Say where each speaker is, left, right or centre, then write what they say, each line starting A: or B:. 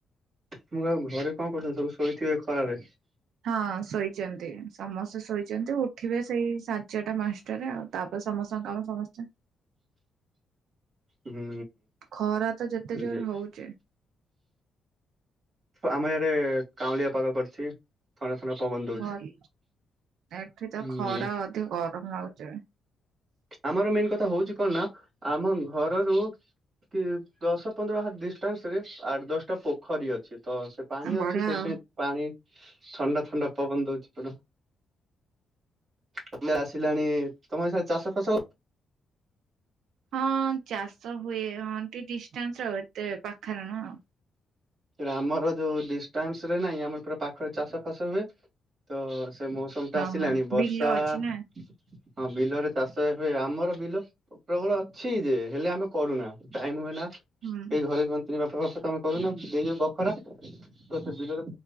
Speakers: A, on the right; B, on the right.
A: ପୁରା ଘରେ କଣ କରୁ ସବୁ ଶୋଇଥିବେ ଖରାରେ
B: ହଁ ଶୋଇଛନ୍ତି ସମସ୍ତେ ଶୋଇଛନ୍ତି ଉଠିବେ ସେଇ ସାଞ୍ଚଟା ମାସ ଆଉ ତାପରେ ସମସ୍ତଙ୍କ କାମ ସମସ୍ତେ
A: ହୁଁ
B: ଖରା ତ ଯେତେ
A: ଏହେ
B: ଜୋର ହଉଚି
A: ଆମ ୟାରେ କାଉାଉଁଳିଆ ପାଗ କରିଛି ଥଣ୍ଡା ଥଣ୍ଡା ପବନ ଦଉଛି
B: ଭଲ ଏଠି ତ
A: ହୁଁ
B: ଖରା ଅଧିକ ଗରମ ହାଗଛି
A: ଆମର ମେନ୍ କଥା ହଉଛି କଣ ନା ଆମ ଘରରୁ କି ଦଶ ପନ୍ଦର ହାର ଡିଷ୍ଟାନ୍ସ ରେ ଆଠ ଦଶଟା ପୋଖରୀ ଅଛି ତ ସେ ପାଣି
B: ଆ ବଢିଆ
A: ଅଛ ସେଇଥିାଇଁ
B: ଆଉ
A: ପାଣି ଥଣ୍ଡା ଥଣ୍ଡା ପବନ ଦଉଛି ପୁରା ତମରେ ଆସିଲାଣି ତମ ଏ ସା ଚାଷ ଫାସ
B: ହଁ ଚାଷ ହୁଏ ହନ୍ତି ଡିଷ୍ଟଟାନ୍ସ ଆଉ ଏତେ ପାଖରେ ନୁହଁ ଆଉ
A: ଆମର ଯୋଉ ଡିଷ୍ଟାନ୍ସ ରେ ନାଇଁ ଆମର ପୁରା ପାଖରେ ଚାଷ ଫାସ ହୁଏ ତ ସେ ମୌସମ ଟା ଆସିଲାଣି
B: ଓହୋ
A: ବର୍ଷା
B: ବିଲ ଅଛି ନା
A: ହଁ ବିଲରେ ଚାଷ ଏବେ ଆମର ବିଲ ପ୍ରବଳ ଅଛି ଯେ ହେଲେ ଆମେ କରୁନା ଟାଇମ ହୁଏ ନା
B: ହୁଁ
A: ଏଇ ଘରେେ ତିନି ବାପା ଫପା ତ ଆମେ କରୁନା ଯୋଉ ବଖରା ତ ସେ